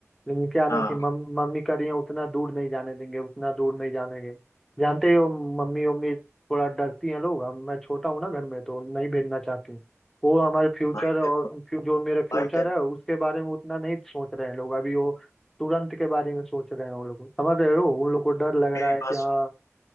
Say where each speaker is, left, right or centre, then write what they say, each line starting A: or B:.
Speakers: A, in the centre; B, on the left.
A: लेकिन क्या ना
B: हाँ
A: कि मम, मम्मी कह रही है उतना दूर नहीं जाने देंगे उतना दूर नहीं जाने देंगे जानते ही हो मम्मी उम्मी थोड़ा डरती हैं लोग हम मैं छोटा हूँ ना घर में तो नहीं भेजना चाहती वो हमारे फ्यूचर
B: भाई
A: और
B: देखो
A: फ्यू- जो मेरा फ्यूचर
B: भाई देखो
A: है उसके बारे में उतना नहीं सोच रहे हैं लोग अभी वो तुरंत के बारे में सोच रहे हैं वो लोग समझ रहे हो उन लोग को डर लग
B: मेरी
A: रहा है कि
B: बात
A: हाँ
B: सुनो,